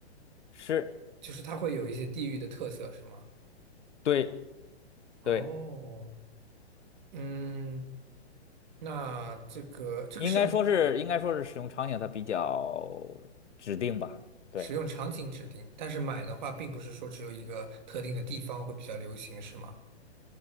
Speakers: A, on the left; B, on the right.
A: 是，
B: 就是它会有一些地域的特色，是吗？
A: 对
B: 哦，
A: 对，
B: 嗯。那这个这个剩
A: 应该说是应该说是使用场景它比较指定吧。对
B: 使用场景指定，但是买的话，并不是说只有一个特定的地方会比较流行，是吗？